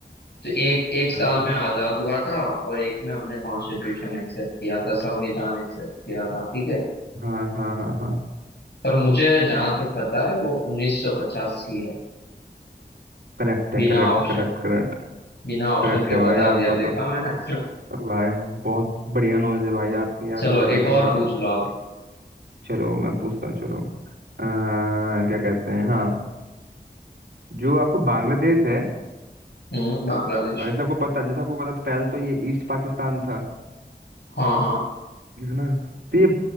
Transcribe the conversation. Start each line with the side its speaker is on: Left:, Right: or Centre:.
Left: तो एक एक साल
Right: अच्छा
Left: में आजाद हुआ था और एक में हमने कॉन्स्टिट्यूशन एक्सेप्ट किया था संविधान एक्सेप्ट किया था ठीक है
Right: हाँ हाँ हाँ हाँ
Left: पर मुझे जहां तक पता है वो 1950 ही है
Right: करेक्ट
Left: बिना
Right: है करेक्ट
Left: ऑप्शन
Right: करेक्ट करेक्ट
Left: बिना ऑप्शन
Right: करेक्ट
Left: के
Right: है
Left: बता
Right: भाई आपको
Left: दिया देखा
Right: तो
Left: मैंने
Right: भाई बहुत बढ़िया नॉलेज है भाई आपकी
Left: <laughs>
Right: यार
Left: चलो
Right: बहुत बढ़िया
Left: एक
Right: नॉलेज
Left: और पूछ
Right: है
Left: लो आप
Right: चलो मैं पूछता हूँ चलो अ, क्या कहते हैं हाँ जो आपको बांग्लादेश है
Left: हम्म बांग्लादेश
Right: और जैसे आपको पता जैसे आपको पता था पहले तो ये ईस्ट पाकिस्तान था
Left: हाँ हाँ
Right: है ना तो ये